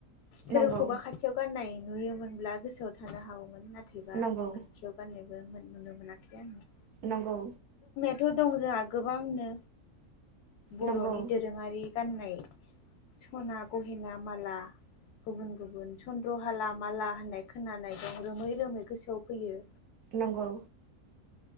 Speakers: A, on the left; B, on the right.
A: सोरखौबा
B: नंगौ
A: खाथियाव गाननाय नुयोमोनब्ला गोसोआव थानो हागौन नाथाय थायबा
B: नंगौ
A: खाथियाव गाननाय मोन नुनो मोनाखै आङो
B: नंगौ
A: थ' दं जोंहा गोबांनो बर'नि
B: नंगौ
A: दोरोङारि गाननाय सना गहेना माला गुबुन गुबुन चन्द्र हाला माला होननाय खोनानाय दं रोमै रोमै गोसोआव फैयो।
B: नंगौ